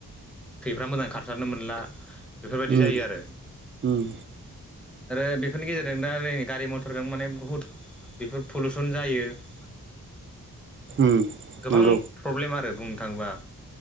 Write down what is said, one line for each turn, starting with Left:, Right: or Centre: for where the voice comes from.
Centre: थैफ्रा मोजां खारसारनो मोनला बेफोरबायदि
Right: उम
Centre: जायो आरो
Right: उम
Centre: आरो बेफोरनि गेजेरजों दा जोंनि गारि मथरजों माने बुहुद बेफोर पुलुसन जायो। <inaudible>
Right: उम
Centre: गोबां
Right: नंगौ
Centre: प्रब्लेम आरो बुंनो थाङोबा